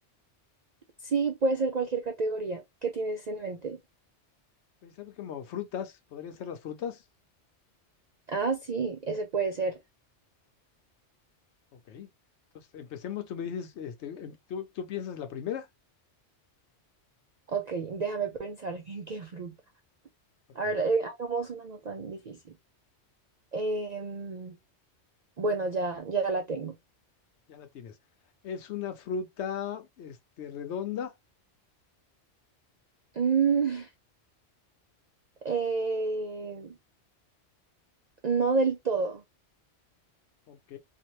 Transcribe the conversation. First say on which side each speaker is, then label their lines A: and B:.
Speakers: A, on the right (about 60°); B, on the left (about 70°).
A: Sí, puede ser cualquier categoría ¿Qué tienes en mente.
B: ¿Sabes como frutas? ¿Podrían ser las frutas?
A: Ah, sí, ese puede ser.
B: Ok. Entonces, empecemos, tú me dices, este, em- ¿tú, tú piensas la primera?
A: Ok, déjame pensar <laughs> en qué fruta.
B: Ok.
A: A ver, eh, hagamos una no tan difícil. Em, bueno, ya, ya la tengo.
B: Ya la tienes. Es una fruta, este, redonda,
A: Mm, <laughs> eh, no del todo.
B: ok.